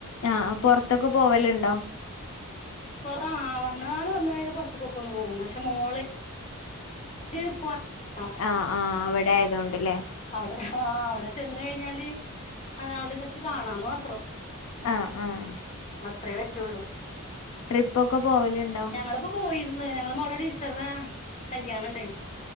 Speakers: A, on the left; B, on the left.
A: ആഹ് പുറത്തൊക്കെ പോവലുണ്ടോ
B: പുറ ആഹ് വന്നാള് വന്നു കഴിഞ്ഞാൽ പുറത്തക്കൊക്കെ ഒന്ന് പോകും പക്ഷെ മോള് <unintelligible>
A: ആഹ് ആഹ് അവിടെ ആയത് കൊണ്ട്ല്ലേ
B: അവിടെ ആഹ് അവിടെ ചെന്ന് കഴിഞ്ഞാല് അവള് ജസ്റ്റ് കാണാന്ന് മാത്രം
A: ആഹ് ആഹ്
B: അത്രേ പറ്റുള്ളൂ
A: ട്രിപ്പ് ഒക്ക പോവലുണ്ടോ
B: ഞങ്ങളിപ്പോ പോയിര്ന്ന് ഞങ്ങളെ മോളെ ടീച്ചറടെ കല്യാണം ഉണ്ടായിരുന്നു